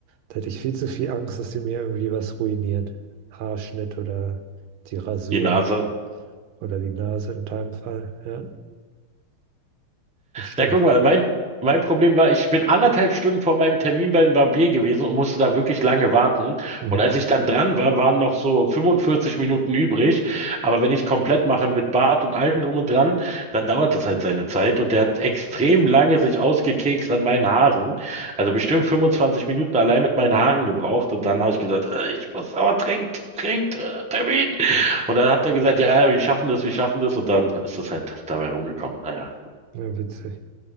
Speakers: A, on the right; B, in the centre.
A: Da hätte ich viel zu viel Angst, dass die mir irgendwie was ruiniert. Haarschnitt oder die Rasur
B: Die Nase.
A: oder die Nase in deinem Fall. Ja, das stimmt.
B: Na, guck mal, mein, mein Problem war, ich bin anderthalb Stunden vor meinem Termin beim Barbier gewesen und musste da wirklich lange warten.
A: Mhm.
B: Und als ich dann dran war, waren noch so 45 Minuten übrig. Aber wenn ich komplett mache mit Bart und allem drum und dran, dann dauert das halt seine Zeit. Und der hat extrem lange sich ausgekekst an meinen Haaren. Also bestimmt 25 Minuten allein mit meinen Haaren gebraucht. Und dann habe ich gesagt, äh, ich muss aber trinkt, trinkt, äh, Termin. Und dann hat er gesagt, ja, ja, wir schaffen das, wir schaffen das. Und dann ist das halt dabei rumgekommen. Naja.
A: Ja, witzig.